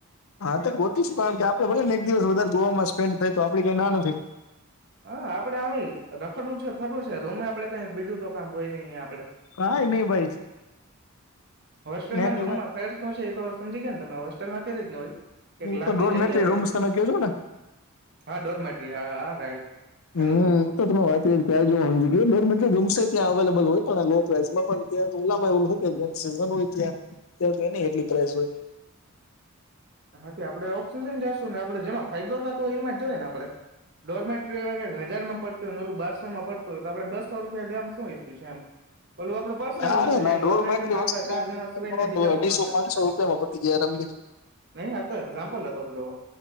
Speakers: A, on the left (about 70°); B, on the right (about 50°).
A: હા તો ગોતીશું કારણ કે આપડે ભલે ને એક દિવસ વધારે ગોમાં સ્પેન્ડ થાય તો આપડી કઈ ના નથી
B: હા આપડે આ રખડવું છે, ફરવું છે, રૂમે આપડ કઈ બીજું તો કામ હોય નઈ આપડે
A: કઈ ની ભાઈ
B: હોસ્ટેલમાં
A: મેં
B: ને રૂમમાં ફેર શું છે, એ તો સમજી ગયા ને તમે હોસ્ટેલમાં કેઈ રીતની હોય કે એક
A: એ
B: લાંબી
A: તો ડોરમેટરી
B: જગ્યા હોય
A: રૂમ્સ તમે કયો છો ને
B: હા ડોર મેટ્રી હા હા રાઈટ
A: હમ
B: એનું જ હું કઉ
A: તો
B: છું
A: તમે વાત ક્યાં જો <unintelligible> તો ત્યા અવેલેબલ હોય પણ લો પ્રાઈઝમાં પણ ત્યા ઉલામાં એવું કે સીઝન હોય ત્યા ત તેની કેટલી પ્રાઈઝ હોય
B: હા તે આપડે ઓક્સિજન લેશું ને આપડે જેમાં ફાયદો થતો હોય એમાં જવાય ને આપડે ડોરમેટરી હવે કંઈક હજારમાં પડ તુ અને ઓલુ બારસોમાં પડતો હોય તો આપડે બસો રૂપિયા દેવામાં શું વેચ્યું છે, એમ ઓલું આપડો પર્સનલ
A: નારે
B: રૂમ થઈ
A: ના
B: જાય ને
A: ડોળ
B: ડોર્મેટરીમાં
A: એટલી
B: આપડા
A: વસ્તુ
B: ચાર જણા સિવાય ને બીજા
A: અઢીસો
B: કોક હશે
A: પાંચસો રૂપિયામાં પતી ગયા <unintelligible>
B: નહી આ તો એક્ઝામ્પલ હતો પેલો